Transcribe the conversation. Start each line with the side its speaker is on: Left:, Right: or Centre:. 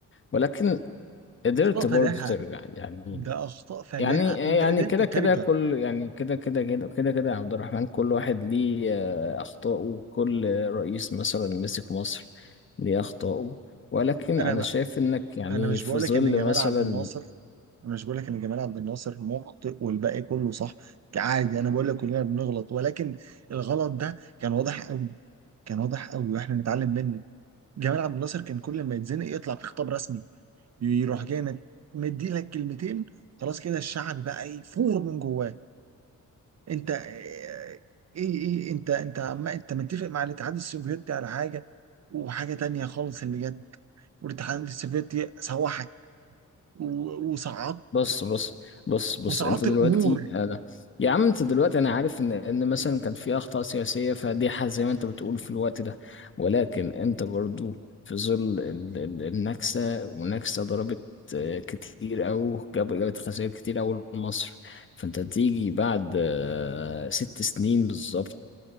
Left: ولكن قدرت
Right: اخطاء
Left: برضو
Right: فادحة
Left: ترجع يعني
Right: ده اخطاء فادحة
Left: يعني إيه،
Right: انت
Left: يعني
Right: قدرت
Left: كده كده
Right: ترجع
Left: كل يعني كده كده كده كده كده يا عبد الرحمن كل واحد ليه آه، أخطاءه كل رئيس مثلا مسك مصر ليه أخطاءه ولكن
Right: انا
Left: أنا شايف إنك يعني
Right: انا مش
Left: في
Right: بقول
Left: ظل
Right: لك ان جمال
Left: مثلا
Right: عبد الناصر انا مش بقول لك ان جمال عبد الناصر مخطئ والباقي كله صح عادي انا بقول لك كلنا بنغلط ولكن الغلط ده كان واضح قوي كان واضح قوي واحنا نتعلم منه جمال عبد الناصر كان كل ما يتزنق يطلع في خطاب رسمي يروح جاي مد- مدي لك كلمتين خلاص كده الشعب بقى يفور من جواه انت آه، ايه ايه انت انت عم انت متفق مع الاتحاد السوفيتي على حاجه وحاجه تانية خالص اللي جت والاتحاد السوفيتي سوحك و- وصعد
Left: بص بص بص بص
Right: وصعدت
Left: انت دلوقتي
Right: الامور
Left: انا يا عم انت دلوقتي انا عارف ان ان مثلا كان في اخطاء سياسيه فادحه زي ما انت بتقول في الوقت ده ولكن انت برضو في ظل ال- ال- النكسه ونكسه ضربت آه، كتير او جاب جابت خسائر كتير أوي لمصر فانت تيجي بعد آه، ست سنين بالظبط